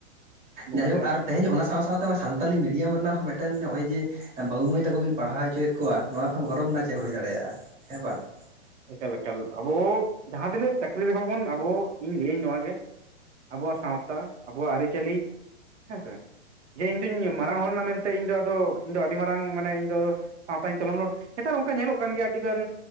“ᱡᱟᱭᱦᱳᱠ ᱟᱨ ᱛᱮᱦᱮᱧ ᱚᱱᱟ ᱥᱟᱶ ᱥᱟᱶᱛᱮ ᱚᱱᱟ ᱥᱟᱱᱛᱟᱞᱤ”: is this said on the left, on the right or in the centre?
Right